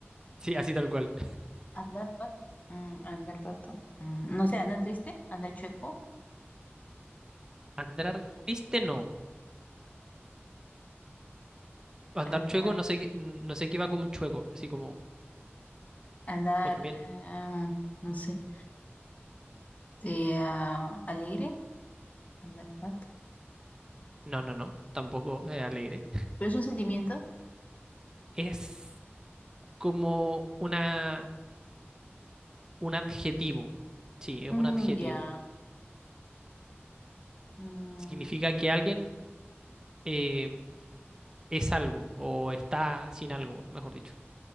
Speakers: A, on the right; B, on the left.
A: Sí, así tal cual.
B: ¿Andar pato? Mm, andar pato. Mm, no sé, ¿andar triste? ¿Andar chueco?
A: Andar triste no. Andar
B: ¿Andar,
A: chueco, no sé qué, no sé qué va como un chueco, así como,
B: andar,
A: o también,
B: em, no sé, eh, ah, alegre? Andar pato.
A: no, no, no, tampoco es alegre.
B: ¿Pero es un sentimiento?
A: Es como una, un adjetivo, sí, es
B: Mm,
A: un adjetivo.
B: ya. Mm,
A: Significa que alguien eh, es algo o está sin algo, mejor dicho.